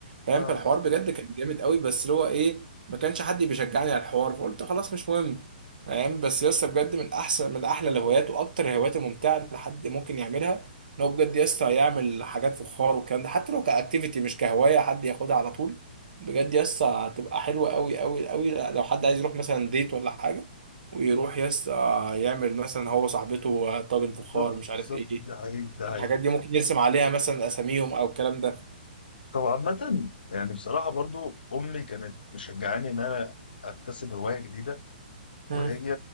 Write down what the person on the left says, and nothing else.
فاهم؟
بالظبط
بالظبط
ده حقيقي ده
حقيقي
طب عامة يعني بصراحة برضو أمي كانت مشجعاني إن أنا أكتسب هواية جديدة وهي